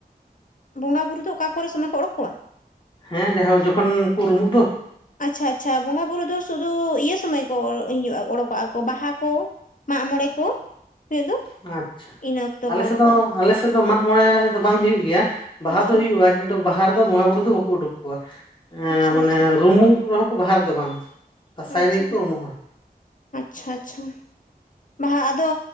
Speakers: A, on the left (about 55°); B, on the left (about 30°).
A: ᱵᱚᱸᱜᱟ ᱵᱩᱨᱩ ᱫᱚ ᱚᱠᱟ ᱠᱚᱨᱮ ᱥᱚᱢᱚᱭ ᱠᱚ ᱚᱲᱳᱠ ᱠᱚᱣᱟ?
B: ᱦᱮᱸ ᱡᱟᱦᱟᱸ ᱡᱚᱠᱷᱚᱱ ᱠᱚ ᱨᱩᱢᱩᱜ ᱫᱚ।
A: ᱟᱪᱪᱷᱟ ᱟᱪᱪᱷᱟ, ᱵᱚᱸᱜᱟ ᱵᱩᱨᱩ ᱫᱚ ᱥᱩᱫᱩ ᱤᱭᱟᱹ ᱥᱚᱢᱚᱭ ᱠᱚ ᱤᱭᱟᱹ ᱚᱲᱳᱠᱚᱜ-ᱟ ᱠᱚ ᱵᱟᱦᱟ ᱠᱚ᱾ ᱢᱟᱜᱽᱢᱚᱬᱮ ᱠᱚ᱾ ᱦᱩᱭᱩᱜ ᱫᱚ
B: ᱟᱪᱪᱷᱟ,
A: ᱤᱱᱟᱹ ᱚᱠᱛᱚ
B: ᱟᱞᱮᱥᱮᱫ
A: ᱠᱚ ᱚᱰᱚᱠᱚᱜᱼᱟ
B: ᱫᱚ ᱟᱞᱮᱥᱮᱫ ᱫᱚ ᱢᱟᱜᱽ ᱢᱚᱬᱮ ᱫᱚ ᱵᱟᱝ ᱦᱩᱭᱩᱜ ᱜᱮᱭᱟ ᱵᱟᱦᱟ
A: ᱟᱪᱪᱷᱟ
B: ᱫᱚ ᱦᱩᱭᱩᱜ-ᱟ᱾ ᱠᱤᱱᱛᱩ ᱵᱟᱦᱟ ᱨᱮᱫᱚ ᱵᱚᱸᱜᱟ ᱵᱩᱨᱩ ᱫᱚ ᱵᱟᱠᱩ ᱩᱰᱩᱠ ᱠᱚᱣᱟ,
A: ᱟᱪᱪᱷᱟ
B: ᱢᱟᱱᱮ
A: ᱟᱪᱪᱷᱟ
B: ᱨᱩᱢᱩᱜ ᱨᱮᱦᱚᱸ ᱠᱚ ᱵᱟᱦᱟ ᱨᱮ ᱫᱚ ᱵᱟᱝ ᱫᱟᱥᱟᱭ
A: ᱟᱪᱪᱷᱟ
B: ᱨᱮᱜᱮ ᱠᱩ ᱨᱩᱢᱩᱜ-ᱟ᱾
A: ᱟᱪᱪᱷᱟ ᱟᱪᱪᱷᱟ, ᱵᱟᱦᱟ ᱟᱫᱚ